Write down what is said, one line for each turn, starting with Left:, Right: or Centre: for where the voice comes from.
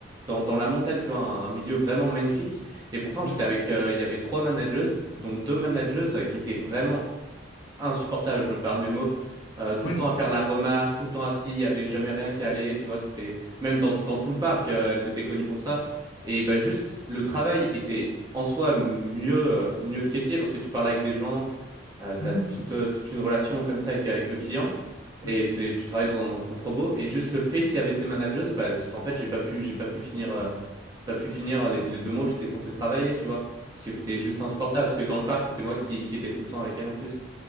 Right: dans, dans la montagne, tu vois, un milieu vraiment magnifique. Et pourtant,
Left: oui,
Right: j'étais avec, euh, il y avait trois manageuses, dont deux manageuses qui étaient vraiment insupportables, je me permets le mot. Euh, tout
Left: oui,
Right: le temps à faire la remarque, tout le temps assis, il n'y avait jamais rien qui allait, tu vois, c'était, même dans, dans tout le parc, euh, elles étaient connues pour ça. Et bah juste, le travail était en soi mieux, euh, mieux que caissier parce que tu parles avec des gens, tu
Left: mhm,
Right: as toute, euh, toute une relation comme ça avec, avec le client.
Left: oui.
Right: Et c'est, tu travailles dans un endroit trop beau. Et juste le fait qu'il y avait ces managers, bah, en fait, j'ai pas pu, j'ai pas pu finir, euh, pas pu finir les,
Left: Ouh
Right: les
Left: là là.
Right: deux mois où j'étais censé travailler, tu vois. Parce que c'était juste insupportable. Parce que dans le parc, c'était moi qui, qui étais tout le temps avec elle en plus.